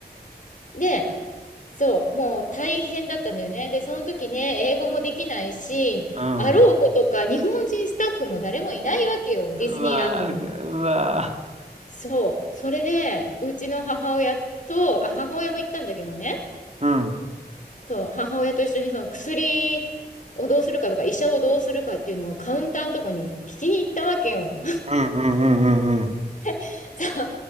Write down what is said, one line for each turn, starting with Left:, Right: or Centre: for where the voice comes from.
Left: で、そう、もう大変だったんだよね。で、その時ね、英語もできないし、
Right: うん。
Left: あろうことか、日本人スタッフも誰もいないわけよ、ディズニーランドに。
Right: うわー、うわ
Left: そう。それで、うちの母親と、あ、母親も行ったんだけどね、
Right: ー。うん。
Left: そう、母親と一緒にその薬をどうするかとか、医者をどうするかっていうのをカウンターのとこに聞きに行ったわけよ。
Right: うんうんうんうんうん
Left: <laughs> そう。